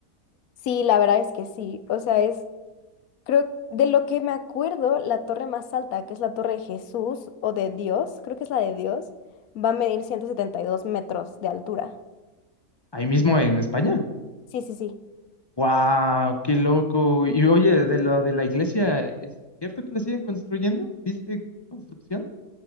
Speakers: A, on the left; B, on the left.
A: Sí, la verdad es que sí, o sea, es Creo, de lo que me acuerdo, la torre más alta, que es la torre de Jesús o de Dios, creo que es la de Dios, va a medir 172 metros de altura.
B: Ahí mismo en España.
A: Sí, sí, sí.
B: Wow, qué loco. Y oye, de lo de la iglesia, ¿es cierto que la siguen construyendo? ¿Viste construcción?